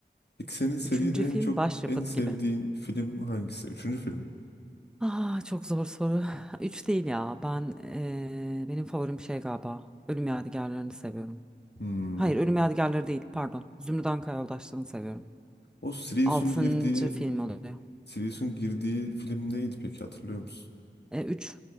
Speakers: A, on the left (about 65°); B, in the centre.
A: Peki senin seride
B: Üçüncü film
A: en çok
B: başyapıt
A: en sevdiğin
B: gibi.
A: film hangisi? Üçüncü film mi?
B: Ah çok zor soru. <laughs> <sighs> Üç değil ya. Ben eee, benim favorim şey galiba. Ölüm Yadigarlarını seviyorum.
A: Hmm.
B: Hayır, Ölüm Yadigarları değil, pardon. Zümrüt Anka Yoldaşları'nı seviyorum.
A: O Sirius'un
B: Altıncı
A: girdiği
B: film oluyor.
A: Sirius'un girdiği film neydi peki hatırlıyor musun?
B: E, üç,